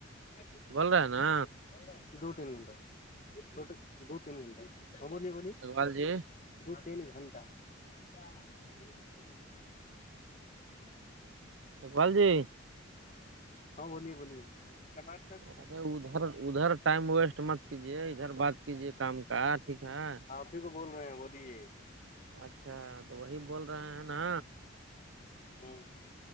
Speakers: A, on the left; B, on the right.
A: کتنا
B: بول رہے ہیں نا
A: دیا <inaudible> دو تین گھنٹہ چھوٹے دو تین گھنٹہولیے <unintelligible>
B: اکوال جی <inaudible>
A: دو تین گھنٹہ ہ کت بھی ہ <inaudible>
B: اقبال جی
A: ہاں بولیے بولیے سمج
B: ارے ادھر ادھر ٹائم ویسٹ مت کیجیے ادھر بات کیجیے کام کا ٹھیک ہے
A: <unintelligible> ب <inaudible> ک بول رہے ہیں بولیے
B: اچھا تو وہی بول رہے ہیں نا
A: ہوں